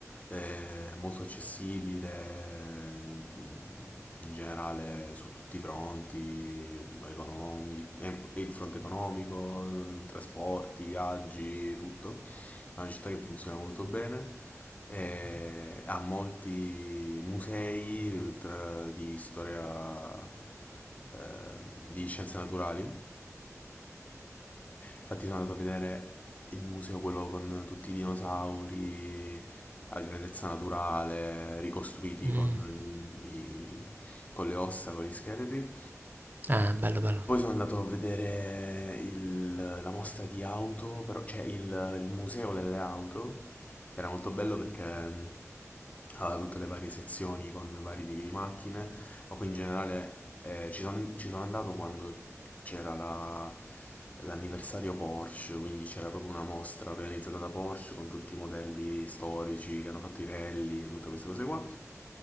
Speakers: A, on the left; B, on the right.
A: eh, molto accessibile in, in generale su tutti i fronti, economi, e- e il fronte economico, eh, trasporti, viaggi, tutto. È una città che funziona molto bene, eh, ha molti musei tra- di storia, eh, di scienze naturali Infatti sono andato a vedere il museo, quello con tutti i dinosauri a grandezza naturale, ricostruiti
B: Mm.
A: con, i- con le ossa, con gli scheletri.
B: Eh, bello bello.
A: Poi sono andato a vedere il- la mostra di auto, però, cioè il, il museo delle auto. Era molto bello perché mh, aveva tutte le varie sezioni con vari tipi di macchine, ma poi in generale eh, ci sono ci sono andato quando c'era la- l'anniversario Porsche, quindi c'era proprio una mostra organizzata da Porsche con tutti i modelli storici che hanno fatto i rally e tutte queste cose qua.